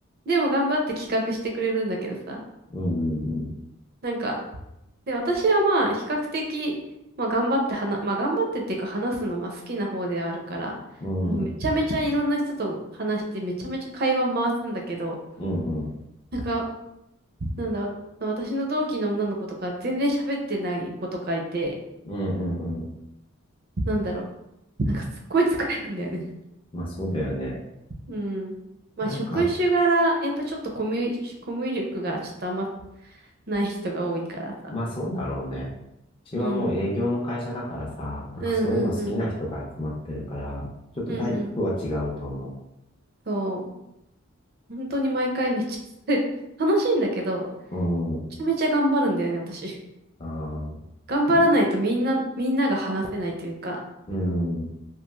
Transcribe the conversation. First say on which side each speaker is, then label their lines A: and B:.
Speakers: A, on the right; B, on the left.
A: でも頑張って企画してくれるんだけどさ。
B: うん、う
A: なんか、で、私はまあ比較的、まあ頑張って話、まあ頑張ってっていうか話すのまあ好きな方ではあるから、
B: ん、
A: もうめちゃめちゃいろんな人と話してめちゃめちゃ会話回すんだけど、
B: うん、うん、うん、
A: なんか、なんだ、私の同期の女の子とか全然喋ってない子とかいて、
B: うん、うん。
A: なんだろう。なんかすっごい疲れるんだよね
B: まあそうだよね。
A: うん。まあ、
B: なんか、
A: 職種柄、やっぱちょっとコミュ、コミュ力がちょっとあんまない人が多いからさ。
B: まあそうだろうね。うちはもう営業の会社だからさ、
A: うん。
B: なんかそういうの好きな人が集まってるから、
A: うんうんうん。
B: ちょっとタイプは違うと思
A: うんうん。そう。本当に毎回めっちゃ疲れる、<laughs> 楽しいんだけど、
B: う。うん、
A: めちゃめちゃ頑張るんだよね、私。
B: ああ、
A: 頑張らないとみんな、みんなが話せないというか、
B: うん、